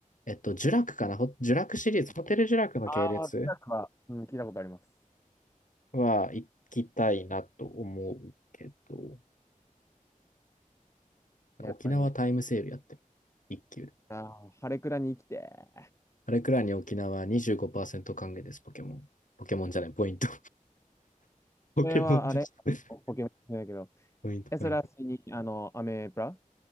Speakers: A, on the left; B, on the left.
A: えっと、ジュラクかなホジュラクシリーズ、ホテルジュラクの系列
B: ああ、北区は、うん、聞いたことあります。
A: は行きたいなと思うけど、
B: やっぱりね。
A: 沖縄タイムセールやってる。一級で。
B: ああ、晴れ倉に生きて。
A: あれくらいに沖縄25%還元です、ポケモン。ポケモンじゃない、ポイント。<laughs> ポケモンできた。
B: これはあれ、
A: <laughs>
B: ポケモンじゃないけど、
A: ポイント、
B: え、
A: ポイント。
B: それは普通に、あの、アメブラ